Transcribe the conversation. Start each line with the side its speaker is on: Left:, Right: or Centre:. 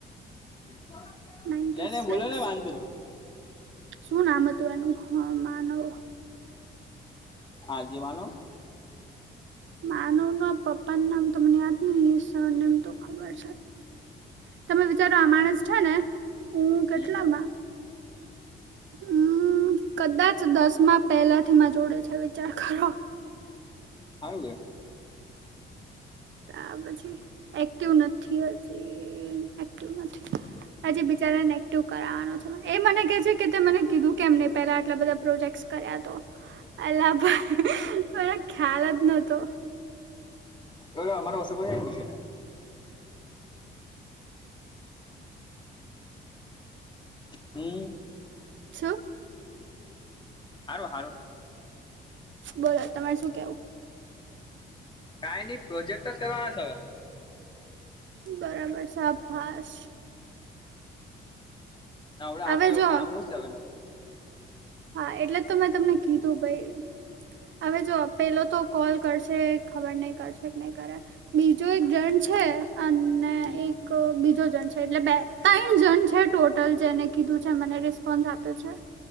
Left: બોલો.
Right: નાઈટી
Left: નઈ નઈ
Right: સિક્સ
Left: ને વાંધો નઈ
Right: શું નામ હતું એનું હ માનવ
Left: આદીમાનવ.
Right: માનવ નુ પપ્પા નામ તો મને યાદ નહિ ઈશ સરનેમ તો ખબર તમે વિચારો આ માણસ છે ને હું કેટલા
Left: હમ
Right: માં હમ કદાચ દસમાં પહેલા થી માર જોડે છે વિચાર કરો
Left: આવી <inaudible>
Right: તા પછી એક્ટિવ નથી હજી એક્ટિવ નથી. હજી બિચારા ને એકટિવ કરાવવાનું છે એ મને કે છે કે મને કીધું કેમ ન પેલા આટલા બધા પ્રોજેક્ટશ કર્યા તો અલ્લાભાઈ પેલા ખ્યાલ જ નોતો.
Left: અમારા પાસે કોઈ છેને હમ.
Right: છું
Left: હારુ હારુ.
Right: બોલો તમારે શું કેવું.
Left: કાઈ નઈ પ્રોજેક્ટ જ કરવાના છે હવે.
Right: બરાબર શાભાસ.
Left: તાવડા
Right: હવે
Left: આપડે
Right: જો
Left: કામ હું છે હવે નઉ.
Right: હા એટલે તો મેં તમને કીધું ભાઈ. હવે જો પેલો તો કોલ કરશે ખબર નહી કરશે નહી કરે. બીજો એક જણ છે અને
Left: હમ.
Right: એક બીજો જણ છે એટલે બેતા જણ છે ટોટલ જેને કીધું છે મને રિસ્પોન્સ આપ્યો છે.